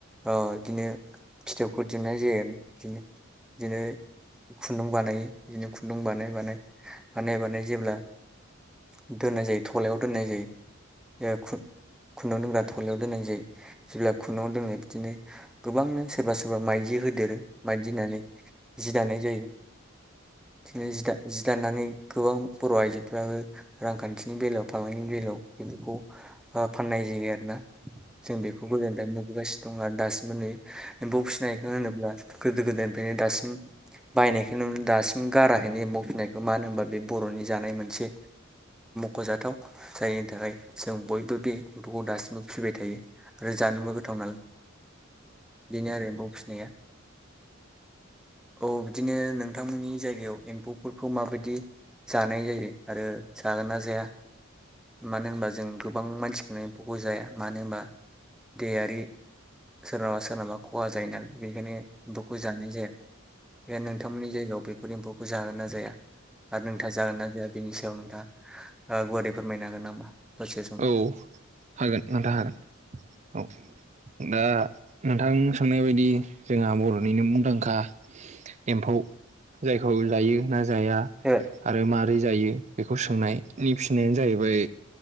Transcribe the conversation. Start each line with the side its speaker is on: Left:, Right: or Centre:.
Centre: ओ बिदिनो फिथोबखौ दिहुन्नाय जायो आरो बिदिनो बिदिनो खुन्दुं बानायो। बिदिनो खुन्दुं बानाय बानाय बानाय बानाय जेब्ला दोननाय जायो। थलायाव दोननाय जायो। ए खुन्दुुं दोनग्रा थलायाव दोननाय जायो जेब्ला खुन्दुंआव दोननाय बिदिनो गोबांनो सोरबा सोरबा माइ माइनि होदेरो मायदि होननानै जि दानाय जायो बिदिनो जि दानानै गोबां बर' आइजोफ्राबो रांखान्थि नि बेलायाव फालांगिनि बेलायाव बिखौ फाननाय जायो आरोना। जों बेखौ गोदोनिफ्राय नुबोगासिनो दं आरो दासिमबो नुयो एम्फौ फिसिनायखौ होनोब्ला गोदो गोदायनिफ्रायनो दासिम बायनायखौ नुयो दासिम गाराखैनो एमफौ फिसिनायखौ मानो होनबा बे बर'नि जानाय मोनसे ख'जाथाव जायनि थाखाय जों बयबो बे एम्फौखौ दासिमबो फिबाय थायो। आरो जानोबो गोथाव नालाय बेनो आरो एम्फौ फिसिनाया औ बिदिनो नोंथांमोननि जायगायाव एम्फौफोरखौ माबायदि जानाय जायो आरो जागोन ना जाया मानो होनबा जों गोबां मानसिखौनो एमफौखौ जाया मानो होनबा देहायारि सोरनाबा सोरनाबा खहा जायो नालाय बेनिखायनो एम्फौखौ जानाय जाया बे नोंथांमोननि जायगायाव बेफोर एम्फौखौ जागोन ना जाया? आरो नोंथा जागोन ना जाया बेनि सायाव नोंथां हा ओ गुवारै फोरमायनो हागोन नामा? दसे सम?
Right: औ हागोन नोंथां हागोन औ। दा नोंथां सोंनाय बायदि जोंहा बर'निनो मुंदांखा एम्फौ जायखौ जायो ना जाया
Centre: ए
Right: आरो माद रै जायो बेखौ सोंनायनायनि फिसिनायानो जाहैबाय।